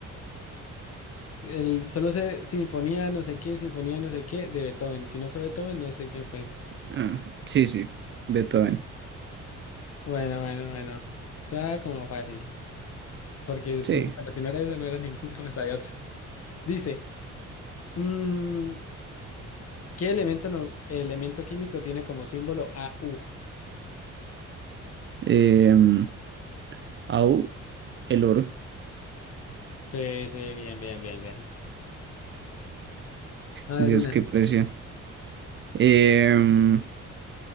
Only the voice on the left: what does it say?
El, solo sé sinfonía, no sé qué, sinfonía, no sé qué, de Beethoven. Si no fue Beethoven, no sé quién fue.
Bueno, bueno, bueno. Está como fácil, porque <laughs>
bueno, si no era esa, no era ninguno, esa de otra. Dice, mm, ¿qué elemento, no, elemento químico tiene como símbolo a u
Sí, sí, bien, bien, bien, bien. A ver,
una.